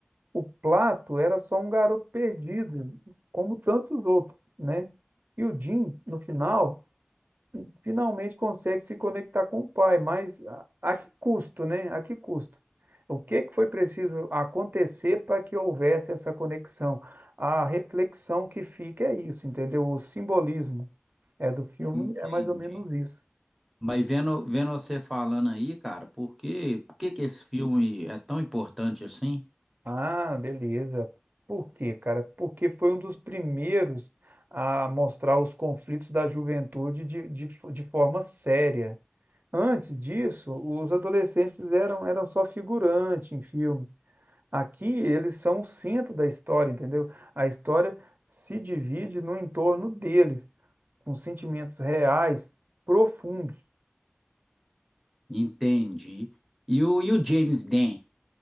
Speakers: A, on the right; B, in the centre.
A: O Plato era só um garoto perdido, como tantos outros, né? E o Jim, no final finalmente consegue se conectar com o pai, mas a, a que custo, né? A que custo? O que que foi preciso acontecer para que houvesse essa conexão? A reflexão que fica é isso, entendeu? O simbolismo é do filme
B: Entendi.
A: é mais ou menos isso.
B: Mas vendo, vendo você falando aí, cara, por que, por que que esse filme é tão importante assim?
A: Ah, beleza. Por quê, cara? Porque foi um dos primeiros a mostrar os conflitos da juventude de, de, fo- de forma séria. Antes disso, os adolescentes eram, eram só figurante em filme. Aqui eles são o centro da história, entendeu? A história se divide no entorno deles, com sentimentos reais, profundos.
B: Entendi. E o, e o James Dean?